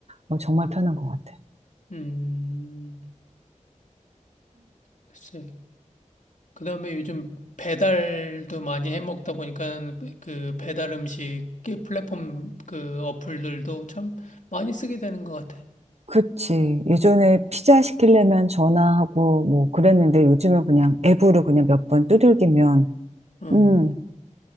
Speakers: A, on the right (about 55°); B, on the left (about 70°).
A: 어, 정말 편한 것 같아.
B: 음, 글쎄. 그다음에 요즘 배달도 많이 해 먹다 보니까 그 배달 음식 그 플랫폼 그 어플들도 참 많이 쓰게 되는 것 같아.
A: 그치. 예전에 피자 시키려면 전화하고 뭐 그랬는데 요즘은 그냥 앱으로 그냥 몇 번 두들기면,
B: 음.
A: 음,